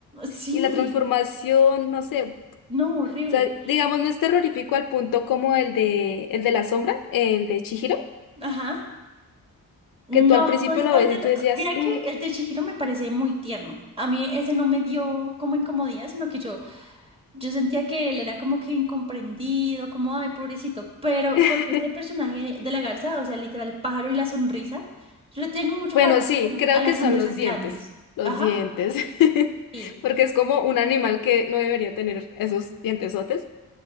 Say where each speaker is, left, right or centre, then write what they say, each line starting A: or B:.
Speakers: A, on the right; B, on the left.
A: Sí,
B: Y la transformación, no sé, o
A: no, horrible.
B: sea, digamos, no es terrorífico al punto como el de, el de la sombra, el de Chihiro,
A: Ajá. No,
B: que tú al principio
A: no es
B: lo
A: tan
B: ves
A: terro-
B: y tú decías,
A: Mira
B: "Mm,
A: que el de Chihiro me parece muy tierno. A mí ese no me dio como incomodidad, sino que yo, yo sentía que él era como que incomprendido, como, ay, pobrecito. Pero
B: <laughs>
A: con este personaje de la garza, o sea, literal, el pájaro y la sonrisa, yo le tengo mucho
B: Bueno,
A: paro
B: sí, creo
A: a las
B: que son
A: sonrisas
B: los dientes,
A: grandes.
B: los
A: Ajá.
B: dientes, <laughs>
A: Sí,
B: porque es como un animal que no debería tener esos dientesotes.